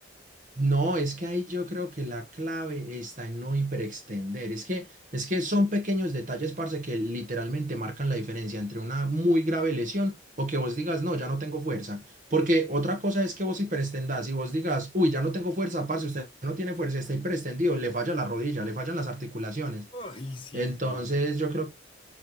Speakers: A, on the right; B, on the left.
A: No, es que ahí yo creo que la clave está en no hiperextender. Es que, es que son pequeños detalles, parce, que literalmente marcan la diferencia entre una muy grave lesión o que vos digas, no, ya no tengo fuerza. Porque otra cosa es que vos hiperextendás y vos digas, uy, ya no tengo fuerza, parce, usted no tiene fuerza, está hiperextendido, le falla la rodilla, le fallan las articulaciones.
B: Uy, sí,
A: Entonces,
B: sí.
A: yo creo